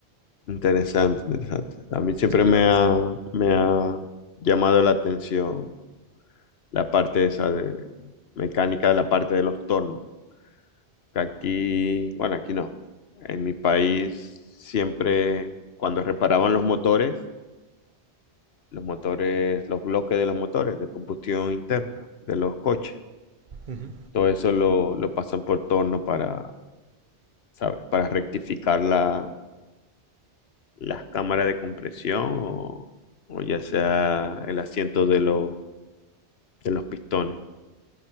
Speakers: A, on the left (about 65°); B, on the right (about 45°).
A: Interesante, interesante. A mí siempre
B: Sí,
A: me
B: la verdad.
A: ha, me ha llamado la atención la parte esa de mecánica de la parte de los tornos. Aquí, bueno, aquí no. En mi país siempre, cuando reparaban los motores, los motores, los bloques de los motores de combustión interna de los coches,
B: Ujú.
A: todo eso lo, lo pasan por torno para, ¿sabes? Para rectificar la, las cámaras de compresión o, o ya sea el asiento de los, de los pistones.